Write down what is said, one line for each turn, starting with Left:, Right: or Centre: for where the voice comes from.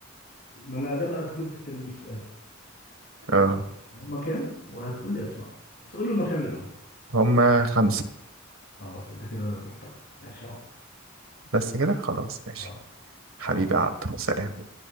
Left: ما انا ده بقى الجزء التاني من السؤال
Right: اه
Left: هما كام وهتقول لي اسمائهم بس قول لي هما كام الاول
Right: هما خمسة
Left: خلاص انت كده محترم ماشي يا عم
Right: بس كده خلاص ماشي
Left: اه
Right: حبيبي
Left: مع السلامه
Right: يا عبدو سلام